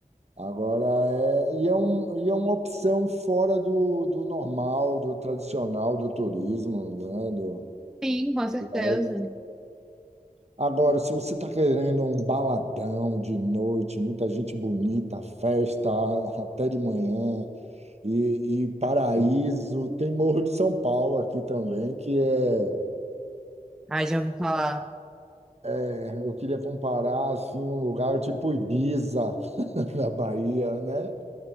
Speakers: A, on the right; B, in the centre.
A: Agora é, e é, um, e é uma opção fora do, do normal, do tradicional, do turismo, né? do-
B: Sim, com certeza.
A: é. Agora, se você está querendo um baladão de noite, muita gente bonita, festa <laughs> até de manhã, e, e paraíso, tem Morro de São Paulo aqui também, que é,
B: Ah, já ouvi falar.
A: é, eu queria comparar assim, um lugar tipo Ibiza, <laughs> na Bahia, né?